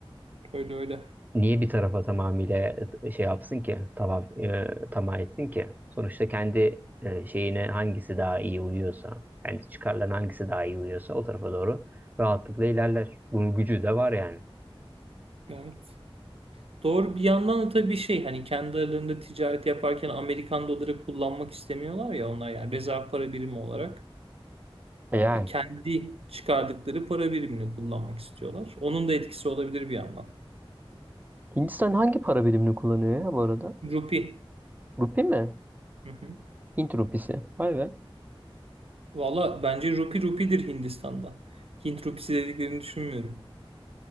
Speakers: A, on the right; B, on the right.
A: öyle öyle.
B: Niye bir tarafa tamamıyla e, şey yapsın ki tamam e, tamah etsin ki? Sonuçta kendi e, şeyine hangisi daha iyi uyuyorsa kendi çıkarlarına hangisi daha iyi uyuyorsa o tarafa doğru rahatlıkla ilerler. Bunun gücü de var yani.
A: Evet. Doğru bir yandan da tabii şey hani kendi aralarında ticaret yaparken Amerikan doları kullanmak istemiyorlar ya onlar yani rezerv para birimi olarak.
B: E Yani.
A: e, kendi çıkardıkları para birimini kullanmak istiyorlar. Onun da etkisi olabilir bir yandan.
B: Hindistan hangi para birimini kullanıyor ya bu arada?
A: Rupi.
B: Rupi mi?
A: Hı hı.
B: Hint rupisi. Vay be.
A: Valla bence rupi rupidir Hindistan'da. Hint rupisi dediklerini düşünmüyorum.